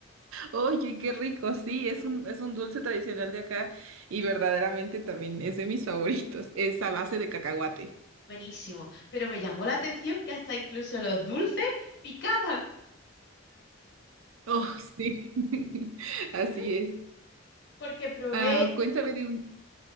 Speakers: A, on the right; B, on the left.
A: Oye, qué rico, sí, es un, es un dulce tradicional de acá y verdaderamente también es de mis favoritos. Es a base de cacahuate.
B: buenísimo. Pero me llamó la atención que hasta incluso los dulces picaban,
A: Oh, sí, <laughs> así
B: <laughs>
A: es.
B: porque probé,
A: Ah, cuéntame de un...